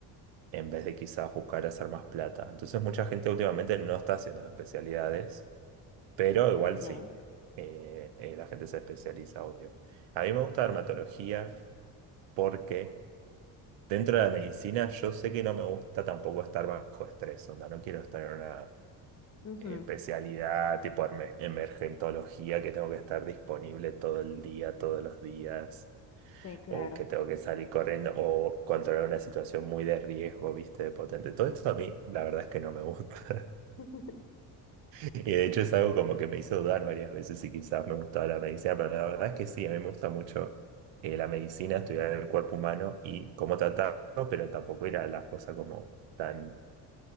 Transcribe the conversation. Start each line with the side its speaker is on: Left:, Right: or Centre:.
Right: en vez de quizás buscar hacer más plata. Entonces mucha gente últimamente no está haciendo especialidades, pero igual
Left: ok,
Right: sí, eh, eh, la gente se especializa, obvio. A mí me gusta dermatología porque Dentro de la medicina, yo sé que no me gusta tampoco estar bajo estrés, onda, no quiero estar en una
Left: ujú,
Right: especialidad tipo erme- emergentología que tengo que estar disponible todo el día, todos los días,
Left: Sí, claro.
Right: o que tengo que salir corriendo o controlar una situación muy de riesgo, viste, de potente. Todo eso a mí, la verdad es que no me gusta.
Left: <laughs>
Right: Y de hecho es algo como que me hizo dudar varias veces si quizás me gustaba la medicina, pero la verdad es que sí, a mí me gusta mucho eh, la medicina, estudiar el cuerpo humano y cómo tratarlo, pero tampoco ir a las cosas como tan